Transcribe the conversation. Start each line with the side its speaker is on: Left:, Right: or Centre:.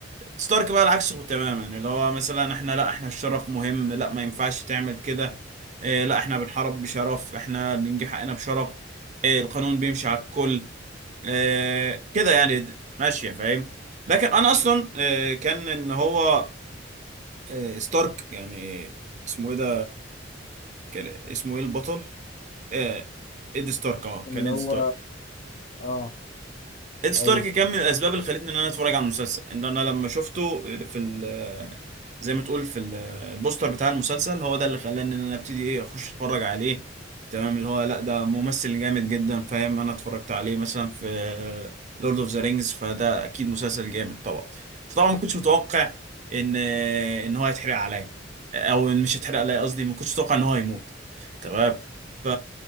Right: ستارك بقى العكس تماما اللي هو مثلا احنا لا احنا الشرف مهم لا ما ينفعش تعمل كده اه لا احنا بنحارب بشرف احنا بنجيب حقنا بشرف اه القانون بيمشي على الكل اه كده يعني د- ماشية فاهم لكن انا اصلا اه كان ان هو اه ستارك يعني اسمه ايه ده كان اسمه ايه البطل اه ايد ستارك اه
Left: اللي
Right: كان ايد
Left: هو
Right: ستارك
Left: أه
Right: إد ستارك
Left: أيوه
Right: كان من الأسباب اللي خلتني إن أنا أتفرج على المسلسل إن أنا لما شفته في ال آه، زي ما تقول في ال- آه، البوستر بتاع المسلسل هو ده اللي خلاني إن أنا أبتدي إيه أخش أتفرج عليه تمام اللي هو لأ ده ممثل جامد جدا فاهم أنا اتفرجت عليه مثلا في لورد أوف ذا رينجز فده أكيد مسلسل جامد طبعا فطبعا ما كنتش متوقع إن آه، إن هو يتحرق عليا آه، أو إن مش يتحرق عليا قصدي ما كنتش متوقع إن هو هيموت تمام ف...